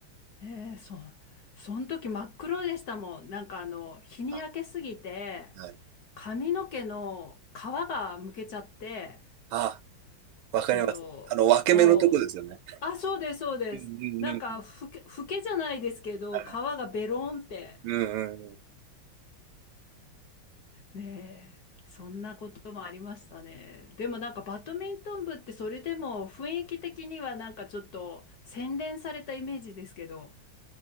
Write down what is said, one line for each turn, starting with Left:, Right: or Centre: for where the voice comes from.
Left: ねえ、そう。その時真っ黒でしたもん。なんかあの、日に焼けすぎて、
Right: あ、はい。
Left: 髪の毛の皮がむけちゃって、
Right: あ、わかります。
Left: その、
Right: あの、分け目のとこですよね。
Left: お、あ、そうです、そうです。
Right: うんうんうんうん。
Left: なんか、ふけ、ふけじゃないですけど、
Right: はい
Left: 皮がベロンって、
Right: うんうんうん。
Left: ねえ、そんなこともありましたね。でもなんか、バドミントン部ってそれでも雰囲気的にはなんかちょっと洗練されたイメージですけど、